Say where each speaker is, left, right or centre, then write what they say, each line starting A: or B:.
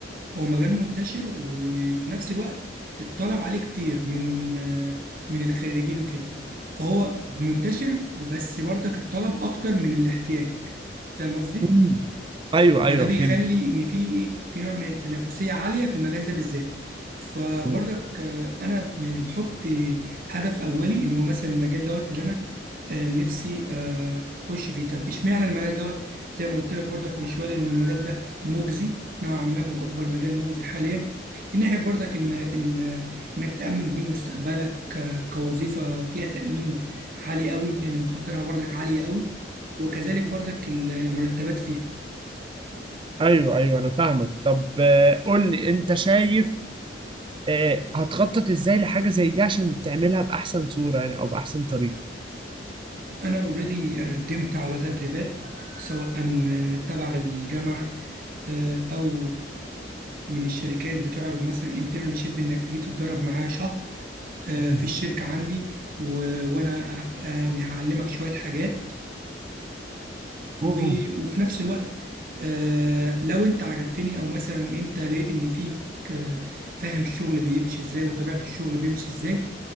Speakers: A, on the right (about 50°); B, on the right (about 25°).
A: هو مجال منتشر وفي نفس الوقت الطلب عليه كتير من آه، من الخريجين وكده فهو منتشر وبس برضك الطلب اكتر من الاحتياج فاهم قصدي؟
B: مم. ايوه
A: فده
B: ايوه
A: بيخلي
B: فهمت
A: ان في ايه في نوع من التنافسيه عاليه في المجال ده بالذات فبرضك
B: مم.
A: آه، انا يعني بحط هدف اولي ان هو مثلا المجال دوت اللي انا آه، نفسي آه، اخش فيه طب اشمعنى المجال دوت زي ما قلت لك برضك من شويه ان المجال ده مجزي نوعا ما هو اكبر مجال مجزي حاليا من ناحيه برضك الم... ال... انك تامن بيه مستقبلك ك... كوظيفه فيها تامين عالي قوي لان مخاطرها برضك عاليه قوي وكذلك برضك المرتبات فيها
B: ايوه ايوه انا فاهمك طب آه، قول لي انت شايف آه، هتخطط ازاي لحاجه زي دي عشان تعملها باحسن صوره يعني او باحسن طريقه
A: انا اوريدي قدمت على تدريبات سواء آه، تبع الجامعه آه، او من الشركات بتعرض مثلا انترنشيب انك تيجي تتدرب معايا شهر آه،
B: مم.
A: في الشركه عندي و- وانا ه- يعني هعلمك شويه حاجات و...
B: اوه
A: وفي نفس الوقت آه، لو انت عجبتني او مثلا انت لقيت ان فيك آه، فاهم الشغل بيمشي ازاي وطبيعة الشغل بيمشي ازاي